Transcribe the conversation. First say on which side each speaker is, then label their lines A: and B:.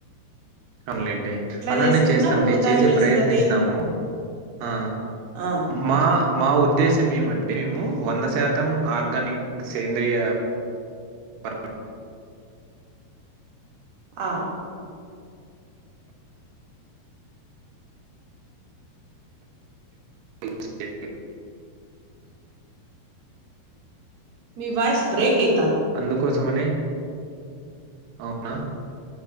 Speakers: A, on the right (about 75°); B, on the right (about 55°).
A: అవున్లేండి. అలానే
B: చేసుకున్న
A: చేస్తామండి
B: పూత
A: చేసే
B: నిలుస్తది
A: ప్రయత్నిస్తాము ఆ
B: ఆ
A: మా మా ఉద్దేశం ఏమంటే మేము వంద శాతం ఆర్గానిక్ సేంద్రియ పర్
B: ఆ
A: ఓకే
B: మీ వాయిస్ బ్రేక్ అ
A: అందుకోసమని అవునా